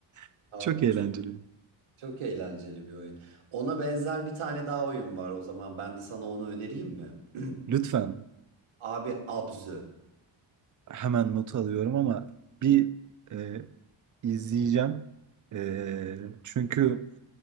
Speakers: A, on the right; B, on the right.
A: <laughs>
B: Abi
A: Çok eğlenceli.
B: çok çok eğlenceli bir oyun. Ona benzer bir tane daha oyun var o zaman. Ben de sana onu önereyim mi? <clears throat>
A: Lütfen
B: Abi Abzü.
A: hemen not alıyorum ama bir e, izleyeceğim. E, çünkü